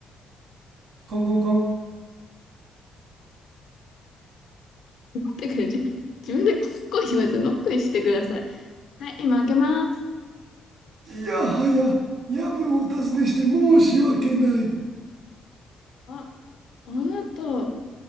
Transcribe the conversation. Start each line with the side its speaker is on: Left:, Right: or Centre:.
Right: コンコンコン。
Left: 待ってくれ、じ自分でこっこい言わずノックしてください。はい、今開けます。
Right: いやはや夜分お尋ねして申し訳ない
Left: あ、あなた、